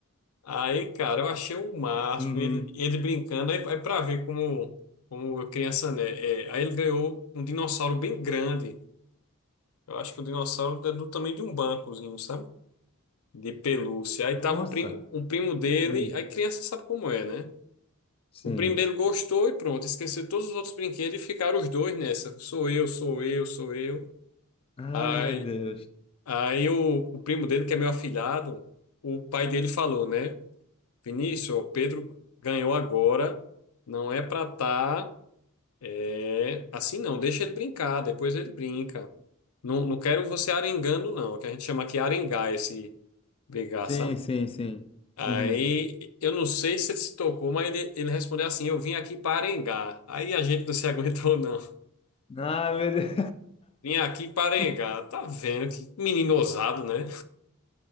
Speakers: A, on the left; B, on the left.
A: Aí, cara, eu achei o máximo,
B: Uhum.
A: ele, ele brincando, aí, aí pra ver como, como criança, né? É, aí ele ganhou um dinossauro bem grande. Eu acho que o dinossauro é do tamanho de um bancozinho, sabe? De pelúcia. Aí
B: Nossa.
A: tava um, pri- um primo dele,
B: Uhum.
A: aí criança sabe como é, né?
B: Sim.
A: O primo dele gostou e pronto, esqueceu todos os outros brinquedos e ficaram os dois nessa. Sou eu, sou eu, sou eu.
B: Ai,
A: aí
B: meu Deus.
A: Aí o, o primo dele, que é meu afilhado, o pai dele falou, né? Vinícius, ó, Pedro ganhou agora, não é pra tá é, assim não, deixa ele brincar, depois ele brinca. Não, não quero você arengando não, que a gente chama aqui arengar esse brigar,
B: Sim,
A: sabe?
B: sim, sim.
A: Aí
B: Uhum.
A: eu não sei se ele se tocou, mas ele, ele respondeu assim: Eu vim aqui para arengar. Aí a gente não se <laughs> aguentou, não.
B: Ah, meu Deus.
A: Vim aqui para arengar.
B: <laughs>
A: Tá vendo? Que menino ousado, né?